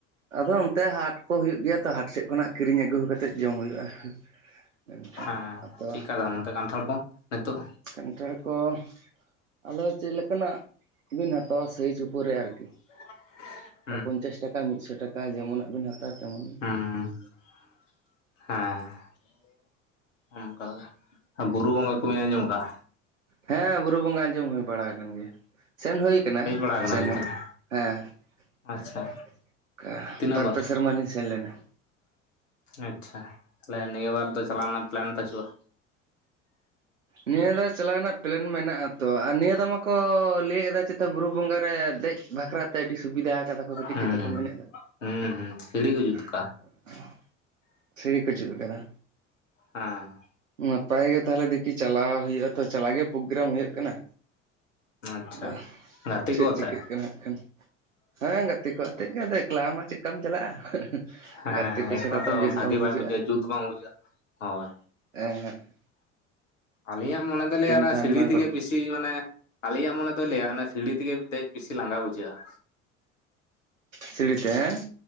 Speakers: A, on the right; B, on the left.
A: ᱟᱫᱚ ᱚᱱᱛᱮ ᱦᱟᱴ ᱠᱚ ᱦᱩᱭᱩᱜ ᱜᱮᱭᱟ ᱛᱚ ᱦᱟᱴ ᱥᱮᱫ ᱠᱷᱚᱱᱟᱜ ᱠᱤᱨᱤᱧ ᱟᱹᱜᱩ ᱠᱟᱛᱮᱫ ᱡᱚᱢ ᱦᱩᱭᱩᱜᱼᱟ᱾ ᱢᱮᱱᱠᱷᱟᱱ
B: ᱦᱮᱸ
A: ᱟᱫᱚ
B: ᱪᱮᱫ ᱞᱮᱠᱟ ᱫᱟᱢ-ᱟ ᱚᱱᱛᱮ ᱠᱟᱱᱴᱷᱟᱲ ᱠᱚ ᱱᱤᱛᱚᱜ?
A: ᱠᱟᱱᱴᱷᱟᱲ ᱠᱚ <unintelligible> ᱟᱫᱚ ᱪᱮᱫ ᱞᱮᱠᱟᱱᱟᱜ ᱵᱤᱱ ᱦᱟᱛᱟᱣᱟ ᱥᱟᱭᱤᱡ ᱩᱯᱚᱨ ᱨᱮ ᱟᱨᱠᱤ
B: <unintelligible>
A: ᱯᱚᱧᱪᱟᱥ ᱴᱟᱠᱟ ᱢᱤᱫ ᱥᱚ ᱴᱟᱠᱟ ᱡᱮᱢᱚᱱᱟᱜ ᱵᱮᱱ ᱦᱟᱛᱟᱣᱟ ᱛᱮᱢᱚᱱ
B: ᱦᱩᱸ <unintelligible> ᱦᱮᱸ <unintelligible> ᱚᱱᱠᱟ ᱜᱮ <unintelligible> ᱵᱩᱨᱩ ᱵᱚᱸᱜᱟ ᱠᱚᱵᱤᱱ ᱟᱸᱡᱚᱢ ᱟᱠᱟᱫᱼᱟ?
A: ᱦᱮᱸ ᱵᱩᱨᱩ ᱵᱚᱸᱜᱟ ᱟᱸᱡᱚᱢ ᱦᱩᱭ ᱵᱟᱲᱟ ᱟᱠᱟᱱ ᱜᱮᱭᱟ <unintelligible> ᱥᱮᱱ ᱦᱩᱭ ᱟᱠᱟᱱᱟ
B: ᱦᱮᱡ ᱵᱟᱲᱟ ᱠᱟᱱᱟ
A: ᱥᱮᱱ
B: ᱵᱤᱱ
A: ᱦᱚᱸ
B: ᱛᱟᱦᱚᱞᱮ
A: <unintelligible> ᱦᱮᱸ᱾ <unintelligible>
B: ᱟᱪᱪᱷᱟ
A: ᱚᱱᱠᱟ
B: ᱛᱤᱱᱟᱹᱜ
A: ᱵᱟᱨ
B: ᱵᱟᱴ
A: ᱯᱮ ᱥᱮᱨᱢᱟ ᱞᱤᱧ ᱥᱮᱱ ᱞᱮᱱᱟ᱾
B: ᱟᱪᱪᱷᱟ᱾ <unintelligible> ᱛᱟᱦᱚᱞᱮ ᱱᱤᱭᱟᱹ ᱵᱟᱨ ᱫᱚ ᱪᱟᱞᱟᱣ ᱨᱮᱱᱟᱜ ᱯᱞᱮᱱ ᱵᱟᱹᱪᱩᱜᱼᱟ?
A: ᱱᱤᱭᱟᱹ ᱫᱷᱟᱣ ᱪᱟᱞᱟᱣ ᱨᱮᱱᱟᱜ ᱯᱞᱮᱱ ᱢᱮᱱᱟᱜ-ᱟᱺᱛᱚ ᱟᱨ ᱱᱤᱭᱟᱹ ᱫᱷᱟᱣ ᱢᱟ ᱠᱚ ᱞᱟᱹᱭ ᱮᱫᱟ ᱪᱮᱛᱟ ᱵᱩᱨᱩ ᱵᱚᱸᱜᱟ ᱨᱮ ᱫᱮᱡᱽ ᱵᱟᱠᱷᱨᱟ ᱛᱮ ᱟᱹᱰᱤ ᱥᱩᱵᱤᱫᱷᱟ ᱟᱠᱟᱫᱟ ᱠᱚ ᱠᱟᱹᱴᱤᱡ
B: ᱦᱩᱸ
A: ᱪᱮᱛᱟ ᱠᱚ ᱢᱮᱱᱮᱫ ᱫᱚ
B: ᱦᱩᱸ ᱦᱩᱸ ᱥᱤᱲᱤ ᱠᱚ ᱡᱩᱛ ᱠᱟᱜᱼᱟ
A: <unintelligible> ᱥᱤᱟᱹᱲᱤ ᱠᱚ ᱡᱩᱞ ᱟᱠᱟᱫᱟ
B: ᱦᱮᱸ᱾
A: ᱱᱟᱯᱟᱭ ᱜᱮ ᱛᱟᱦᱞᱮ ᱫᱮᱠᱷᱤ ᱪᱟᱞᱟᱣ ᱦᱩᱭᱩᱜᱼᱟ ᱛᱚ ᱪᱟᱞᱟᱣ ᱜᱮ ᱯᱨᱳᱜᱨᱟᱢ ᱦᱩᱭᱩᱜ ᱠᱟᱱᱟ᱾
B: ᱟᱪᱪᱷᱟ
A: <unintelligible>
B: ᱜᱟᱛᱮ
A: ᱪᱮᱫ
B: ᱠᱚ ᱟᱛᱮ
A: ᱪᱤᱠᱟᱹᱜ ᱠᱟᱱᱟ ᱦᱟᱸᱜ ᱠᱷᱟᱱ ᱦᱮᱸ ᱜᱟᱛᱮ ᱠᱚ ᱟᱛᱮᱫ ᱜᱮ ᱟᱫᱚ ᱮᱠᱞᱟ ᱢᱟ ᱪᱮᱫ ᱞᱮᱠᱟᱢ ᱪᱟᱞᱟᱜᱼᱟ᱾
B: ᱦᱮᱸ
A: ᱜᱟᱛᱮ ᱠᱚ
B: ᱮᱠᱞᱟ
A: ᱪᱷᱟᱲᱟ ᱛᱚ
B: ᱫᱚ
A: ᱵᱮᱥ
B: ᱵᱷᱟᱜᱮ
A: ᱵᱟᱝ ᱵᱩᱡᱷᱟᱹᱜᱼᱟ
B: ᱵᱟᱭ
A: ᱾
B: ᱡᱩᱛ ᱵᱟᱝ ᱵᱩᱡᱷᱟᱹᱜᱼᱟ ᱦᱳᱭ
A: <unintelligible> <unintelligible>
B: ᱟᱹᱞᱤᱧᱟᱜ ᱢᱚᱱᱮ ᱫᱚ ᱞᱟᱹᱭᱟ ᱚᱱᱟ
A: ᱛᱟᱦᱮᱱ
B: ᱥᱤᱲᱤ
A: ᱢᱟ ᱜᱚᱞᱯᱚ
B: ᱛᱮᱜᱮ ᱵᱮᱥᱤ ᱢᱟᱱᱮ ᱟᱞᱮᱭᱟᱜ ᱢᱚᱱᱮ ᱫᱚ ᱞᱟᱹᱭᱟ ᱚᱱᱟ ᱥᱤᱲᱤ ᱛᱮᱜᱮ ᱫᱮᱡ ᱵᱮᱥᱤ ᱞᱟᱸᱜᱟ ᱵᱩᱡᱷᱟᱹᱜᱼᱟ
A: ᱥᱤᱲᱤᱛᱮ ᱦᱮᱸ